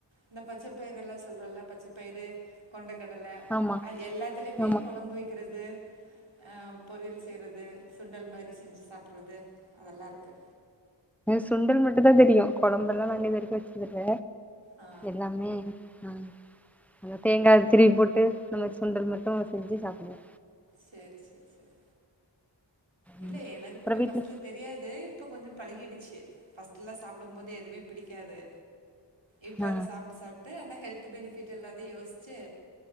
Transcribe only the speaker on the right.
இந்த பச்சை பயிர எல்லாம் சொல்றல்ல பச்சை பயிறு கொண்ட
எல்லாத்துலயுமே
குழம்பு வக்கிறது அஹ் பொரியல் செய்றது சுண்டல் மாதிரி செஞ்சு சாப்பிடறது அதெல்லா இருக்கு
ஆ
சரி சரி சரி இல்லயெ
எனக்குமே
பஸ்டல தெரியாது இப்ப கொஞ்சொ பழகிடுச்சு ஃபர்ஸ்ட்லாம் சாப்பிடும் போது எதுவுமே பிடிக்காது இப்ப
அது சாப்பிட்டு சாப்பிட்டு அனாஹெல்த் பெனிஃபிட் எல்லாத்தையு யோசிச்சு